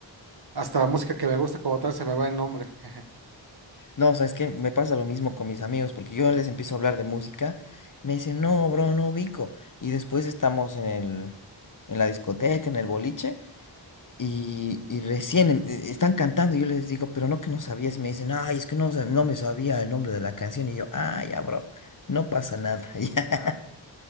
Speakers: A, on the right; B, on the left.
A: hasta la música que me gusta como tal se me va el nombre. <laughs>
B: No, sabes que me pasa lo mismo con mis amigos, porque yo les empiezo a hablar de música, me dicen, no, bro, no ubico. Y después estamos en el, en la discoteca, en el boliche, y, y recién em- e- están cantando, y yo les digo, pero no que no sabías, y me dicen, ay, es que no, sab- no me sabía el nombre de la canción, y yo, ah, ya, bro, no pasa nada. <laughs> ya.